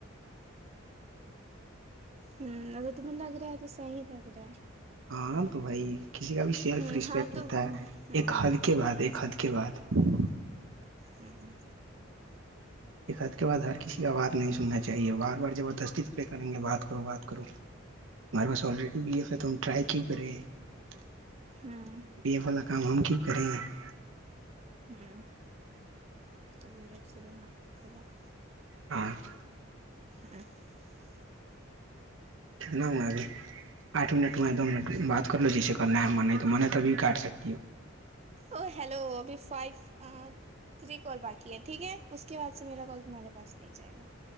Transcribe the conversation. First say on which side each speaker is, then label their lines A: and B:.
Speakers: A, on the right (about 30°); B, on the right (about 75°).
A: ہوں اگر تمیں لگ رہا ہے تو صحی لگ رہا ہے <unintelligible>
B: ہاں تو بھائی <unintelligible> کسی کا بھی سیلف
A: ہوں
B: رسپیکٹ
A: ہاں تو
B: ہوتا
A: وہی
B: ہے
A: ہوں
B: ایک حد کے بعد
A: رائٹ
B: ایک حد کے بعد <unintelligible>
A: ہوں
B: ایک حھ کے بعد ہر کسی کا آواز نہیں سننا چاہیے بار بار زبردستی پڑے کریں گے بات کرو بات کرو ہمارے پاس آلریڈی بی ایف ہے ت ٹرائی کیوں کریں <unintelligible>
A: ہوں
B: بی ف ل <unintelligible> کام ہم کیوں کریں گے <unintelligible>
A: ہوں چلو لیٹ سدی میں آ <unintelligible> اھلا <inaudible>
B: ہاں <unintelligible>
A: ہ <unintelligible>
B: کتنا ہواں ج آٹ منٹ ہاں دو منٹ بات کر لو جیسے کرنا ہے من نہیں تو من ہے تبھی کاٹ سکتی ہو <unintelligible>
A: او ہیلو ابھی فائیو تھری کال باقی ہے ٹھیک ہے اس کے بعد سے میرا کال تمہارے پاس نہیں جائے گا